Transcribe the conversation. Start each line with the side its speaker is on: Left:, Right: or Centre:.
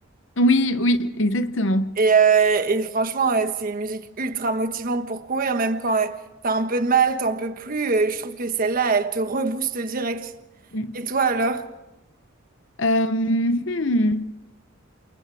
Left: Oui, oui, exactement.
Right: Et, euh, et franchement, euh, c'est une musique ultra motivante pour courir, même quand euh, t'as un peu de mal, t'en peux plus. euh, je trouve que celle-là, elle te rebooste direct.
Left: Mm.
Right: Et toi alors?
Left: Euh, hmm.